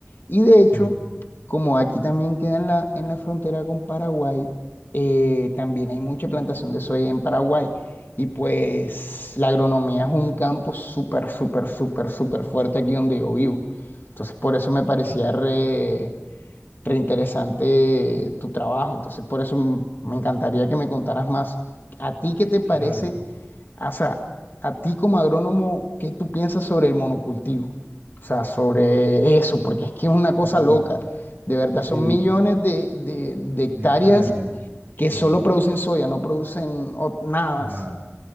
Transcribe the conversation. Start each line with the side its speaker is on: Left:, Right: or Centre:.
Left: Y de
Right: sí,
Left: hecho, como aquí también queda en la, en la frontera con Paraguay, eh, también hay mucha plantación de soya en Paraguay. Y pues la agronomía es un campo súper, súper, súper, súper fuerte aquí donde yo vivo. Entonces, por eso me parecía
Right: sí,
Left: re, re interesante tu trabajo. Entonces, por eso m- me encantaría que me contaras más. ¿A ti qué te parece?
Right: claro,
Left: O sea, a ti como agrónomo, ¿qué tú piensas sobre el monocultivo? O sea, sobre eso, porque es que es una cosa
Right: claro,
Left: loca. De verdad,
Right: sí,
Left: son millones de, de- de hectáreas
Right: de hectáreas,
Left: que
Right: sí,
Left: solo producen soya, no producen ot- nada
Right: claro.
Left: más.